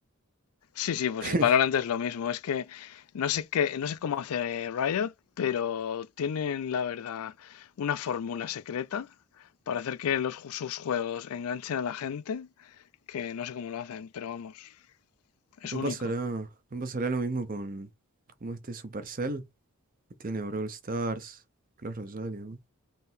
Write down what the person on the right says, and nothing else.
<laughs>
No
pasará, no pasará lo mismo con como este Supercell que tiene Brawl Stars, Clash Royale, ¿no?